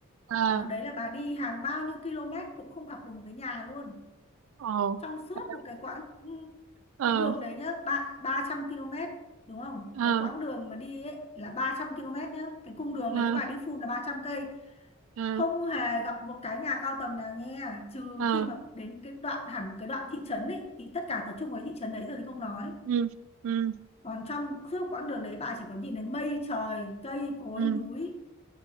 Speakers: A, on the right (about 65°); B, on the left (about 30°).
A: à
B: ở đấy là bà đi hàng bao nhiêu km cũng không gặp được một cái nhà luôn
A: ồ
B: trong suốt
A: ờ
B: một cái quãng ừ,
A: ờ
B: cái đường đấy nhá ba 300 km đúng không
A: ờ
B: cái quãng đường mà đi ấy là 300 km nhá cái cung đường
A: ờ
B: đấy nếu bà đi full là ba trăm cây
A: ờ
B: không hề gặp một cái nhà cao tầng nào nha trừ
A: ờ.
B: khi mà đến cái đoạn hẳn một cái đoạn thị trấn ấy thì tất cả tập trung vào thị trấn đấy rồi thì không nói
A: ừ ừ
B: còn trong suốt quãng đường đấy bà chỉ có nhìn thấy mây trời cây cối
A: ừ
B: núi